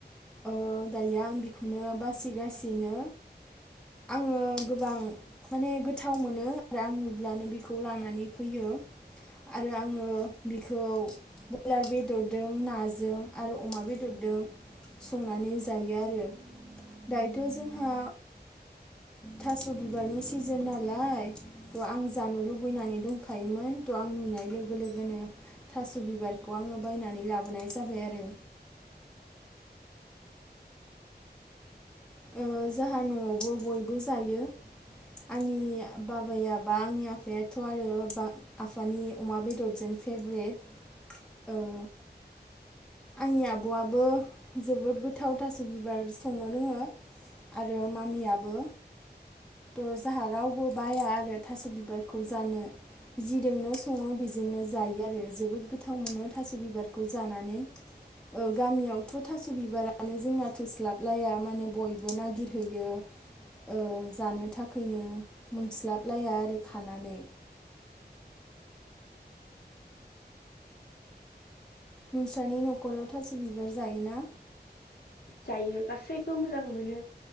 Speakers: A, in the centre; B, on the left.
A: औ दायो आं बेखौनो बासिगासिनो आङो गोबां माने गोथाव मोनो आरो आं नुब्लानो बेखौ लानानै फैयो आरो आङो बेखौ ब्रयलार बेदरजों नाजों आरो अमा बेदरजों संनानै जायो आरो दायोथ जोंहा थास बिबारनि सिजोन नालाय थ आं जानो लुबैनानै दंखायोमोन थ आं नुनाय लोगो लोगोनो थास बिबारखौ आङो बायनानै लाबोनाय जाबाय आरो ओ जोंहा नआवबो बयबो जायो आंनि बाबाया बा आंनि आफायाथ आरो बा आफानि अमा बेदरजों फेभ्रेट ओ आंनि आबआबो जोबोद गोथाव थास बिबार संनो रोङो आरो मामियाबो थ जाहा रावबो बाया आरो थास बिबारखौ जानो जिजोंनो सङो बेजोंनो जायो आरो जोबोद गोथाव मोनो थास बिबारखौ जानानै गामियावथ थास बिबारानो जोंना थोस्लाबलाया माने बयबो नागिरहैयो ओ जानो थाखायनो मोनस्लाबलाया आरो खानानै नोंस्रानि नखराव थास बिबार जायोना?
B: जायो गासैबो मोजां मोनो